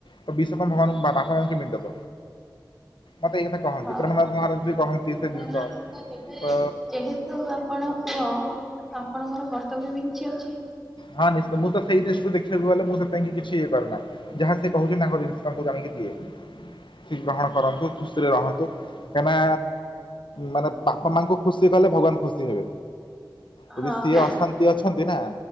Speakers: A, on the left; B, in the centre.
A: ତ ବିଷ କଣ ଭଗବାନଙ୍କୁ ବାପା ମା ଙ୍କୁ କେମିତି ଦବ? ମତେ ଏଇ କଥା କହନ୍ତି
B: ହଁ
A: ପ୍ରେମରାଜ ମହାରାଜ ବି କହନ୍ତି ସେ
B: କାହିଁକିନା
A: ଜିନିଷ।
B: ଲୋକ
A: ହଁ
B: ଯେହେତୁ ଆପଣ ପୁଅ ଆପଣଙ୍କର କର୍ତ୍ତବ୍ୟ ବି କିଛି ଅଛି?
A: ହଁ ନିଶ୍ଚିତ। ମୁଁ ତ ସେଇ ଦୃଷ୍ଟିରୁ ଦେଖିବାକୁ ଗଲେ ମୁଁ ସେଥିପାଇଁ କି କିଛି ଇଏ କରେନା। ଯାହା ସେ କହୁଛି ତାଙ୍କ ଜିନିଷ ତାଙ୍କୁ ଆଣିକି ଦିଏ। ସେ ଗ୍ରହଣ କରନ୍ତୁ ଖୁସିରେ ରହନ୍ତୁ, କାହିଁକିନା ମାନେ ପା ତାଙ୍କୁ ଖୁସି କଲେ ଭଗବାନ ଖୁସି ହେବେ, ଯଦି
B: ହଁ
A: ସିଏ ଅଶାନ୍ତି ଅଛନ୍ତି ନା